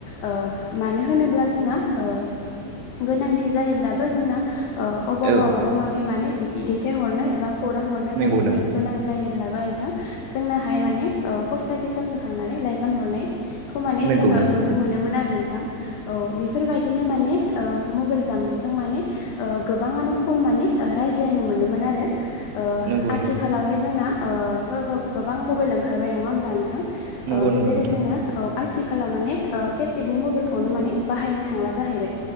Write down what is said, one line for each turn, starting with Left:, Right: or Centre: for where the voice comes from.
Left: ओ मानो होनोब्ला जोंना ओ गोनांथि जायोब्लाबो जोंना ओ अबावबा
Right: औ
Left: माबा माबि मानो बिदि दैथायहरनो एबा खौरां हरनो
Right: नंगौ
Left: जायो
Right: नंगौ
Left: ओ गोनां जायो ब्लाबो नोंथां जोंनाहाय माने ओ पस्ट आआफिसावसो थांनानै लाइजाम हरनाय खौ माने
Right: नंगौ
Left: जोङो
Right: नंगौ
Left: नुनो
Right: नोंथां
Left: मोनोमोन आरो नोंथां औ बेफोरबायदिनो माने ओ मबाइल जानबुंजों माने ओ गोबांङानो खम माने ओ रायज्ला सिलायनो मोनोमोन आरो ओ
Right: नंगौ
Left: आथिखालावहाय
Right: नंगौ
Left: जोंना ओ थ गोब गोबां मबेल ओंखारबाय नङा होमब्ला नोंथां
Right: नंगौ नंगौ
Left: जेरै
Right: नोंथां
Left: जोंना आइ थिखालाव माने ओ केपेदनि मबाइलखौनो माने बाहायनो थांला जाहैबाय